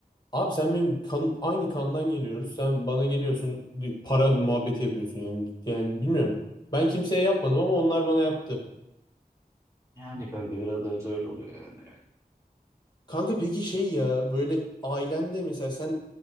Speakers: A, on the left; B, on the right.
A: Abi sen benim kan, aynı kandan geliyoruz. Sen bana geliyorsun di- para muhabbeti yapıyorsun yani. Yani bilmiyorum. Ben kimseye yapmadım ama onlar bana yaptı.
B: Yani kanka biraz evet öyle oluyor yani.
A: Kanka peki şey ya böyle ailende mesela sen